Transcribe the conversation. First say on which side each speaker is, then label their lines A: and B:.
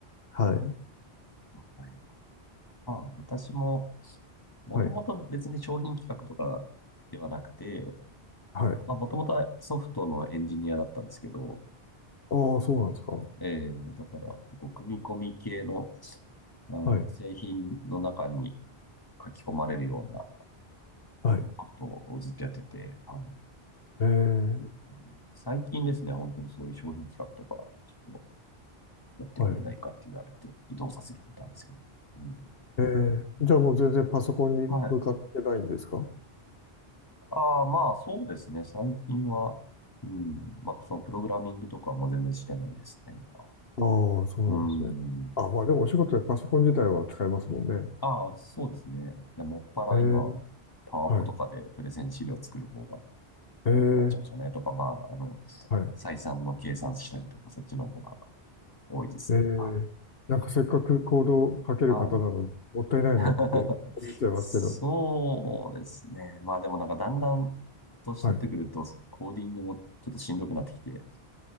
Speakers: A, on the left (about 65°); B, on the left (about 20°).
A: はい。
B: はい。まあ、私も、もともと別に商品企画とかではなくて、
A: はい。はい。
B: まあ、もともとはソフトのエンジニアだったんですけど、
A: ああ、
B: うん、
A: そうなんですか。
B: えー、だから結構組み込み系の、あの、
A: はい。
B: 製品の中に書き込まれるような、
A: はい。
B: そのソフトをずっとやってて、は
A: えー
B: い。で最近ですね、本当にそういう商品企画とか、ちょっとやってくれないかって言われて、
A: はい。
B: 移動させられたんですけど、うん。
A: えーじゃあもう全然パソコンに向かってないんですか
B: はい。ああ、まあそうですね。最近は、うん、まあそのプログラミングとかも全然してないですね、今。
A: ああ、そうなんですね。
B: うん。
A: あ、まあでもお仕事でパソコン自体は使えますもんね。
B: ああ、そうですね。いや、もっぱら今、
A: えー
B: パワポとかでプレゼン資料作る方が
A: はい。えー
B: 多くなっちゃいましたね。とか、まあ、あの、
A: はい。
B: 採算の計算したりとか、そっちの方が多いですね。
A: えーなんかせっかくコードを書ける方なのに、
B: はい。はい。
A: もったいないなって思っちゃいますけど。
B: <laughs> そうですね。まあでもなんかだんだん年取ってくると、
A: はい。
B: コーディングもちょっとしんどくなってきて、